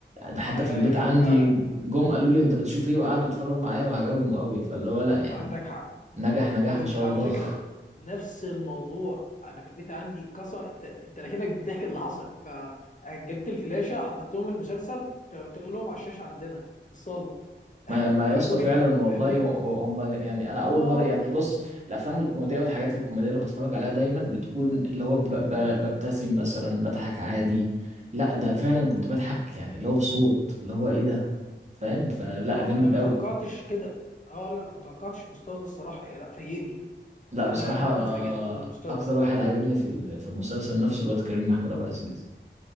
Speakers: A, on the right (about 40°); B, on the left (about 40°).
A: ده حتى
B: أي- أي-
A: في البيت عندي
B: أي، فعلا
A: جم قالوا لي أنت بتشوف إيه وقعدوا يتفرجوا معايا وعجبهم قوي فاللي هو لأ يعني
B: عندك حق
A: نجح نجاح
B: وعلى
A: ما شاء الله
B: فكره نفس الموضوع انا في البيت عندي قصه انت انت لكنك بتحكي اللي حصل فجبت الفلاشه حطيت لهم المسلسل شغلت لهم على الشاشه عندنا في الصاله
A: ما ما
B: وحبوه
A: يا اسطى فعلا
B: جدا
A: والله
B: فاهمني
A: هو- هم لا- يعني انا
B: اه
A: اول مره يعني
B: لا
A: بص الافلام الكوميديه والحاجات الكوميديه اللي بتفرج عليها دايما بتكون اللي هو ب- ب- ببتسم مثلا بضحك عادي لا ده فعلا كنت بضحك يعني اللي هو بصوت اللي هو ايه ده فاهم فلا
B: اه
A: جامد
B: انا ما
A: قوي
B: توقعتش كده اه لا لا ما توقعتش المستوى ده الصراحه لا فاجئني
A: لا
B: انا
A: بصراحه
B: انا انا اتفاجئت من المستوى
A: اكتر
B: ده
A: واحد عجبني في ال- في المسلسل نفسه الواد كريم محمود عبد العزيز